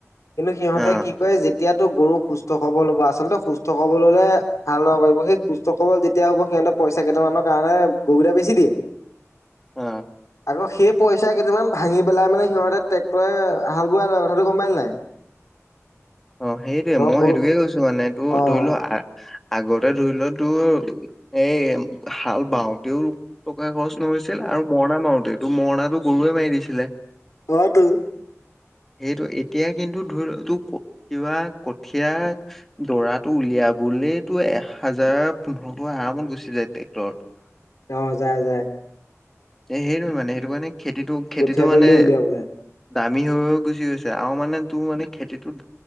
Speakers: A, on the left; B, in the centre.
A: কিন্তু সিহঁতে
B: অ
A: কি ক যেতিয়াতটো গৰু সুস্থ। খবৰ ল'ব আচলতে সুস্থ সবল হলে হাল বাব পাৰিব সুস্থ সবল যেতিয়া হ'ব সিহঁতে পইচা কেইটামানৰ কাৰণ। গৰুকেইটা বেছি দিয়ে
B: অ।
A: আকৌ সেই পইচা কেইামান ভাঙি পেলাই মানে সিহঁতে ট্ৰেক্টৰে হাল বোৱা ল কথাটো গম পালি নাই।
B: অ সেইটোৱে
A: তই
B: মই
A: গৰু
B: সেইটোকে কৈছো মানে তোৰ
A: অ'।
B: ধৰিলোৱা আহ আগতে ধৰি লোৱাতো এ হাল বাওঁতেও টকা খৰচ নহৈছে। ছিল আৰু মৰণা মাৰোতে তটো মৰণাটো গৰুৱে মাৰি দিছিলে।
A: হয়টো
B: সেইটো এতিয়া কিন্তু ধৰি তোক কিবা কঠীয়া দৰাটো উলিয়াবলেতো এ হাজাৰ পোন্ধৰশ আৰামত ঘুচি যায় টেক্টৰত
A: অ যাই যাই
B: এ সেইটো মানে সেইটো কাৰণে খেতিটো খেতিটো
A: কঠীয়া
B: মানে
A: তলি উলিয়াবলে।
B: দামী হৈ গুচি গৈছে আৰু মানে তোৰ মানে খেতিটো